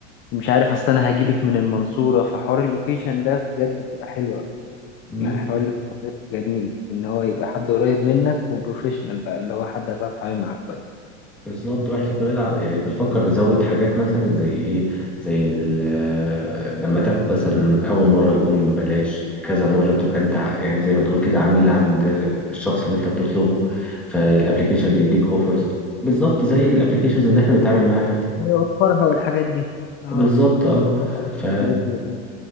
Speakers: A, on the left (about 35°); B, in the centre.
A: ومش عارف اصل انا هجيلك من المنصورة فحوار اللوكيشن ده بجد بيبقى حلو أوي.
B: مم.
A: يعني حوار اللوكيشن ده بيبقى جميل ان هو يبقى حد قريب منك وبروفيشنال بقى اللي هو حد هتعرف تتعامل معاه كويس
B: بالظبط واحنا كمان ع- يعني بنفكر نزود حاجات مثلا زي ايه زي ال- لما تاخد مثلا اول مره يكون ببلاش كذا مره تبقى انت ع- يعني زي ما تقول كده عميل عند الشخص اللي انت بتطلبه فالابليكيشن يديك اوفرز بالظبط زي الابليكيشنز اللي احنا بنتعامل معاها عادي
A: يوفرها والحاجات دي اه
B: بالظبط اه
A: ده حاجة
B: ف
A: من الحاجات دي يعني.